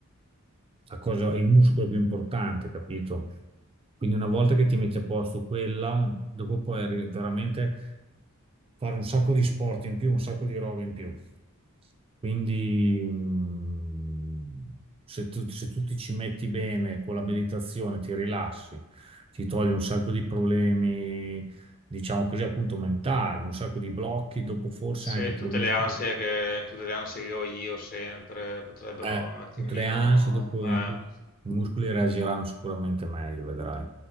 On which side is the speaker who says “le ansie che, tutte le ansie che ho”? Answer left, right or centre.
Left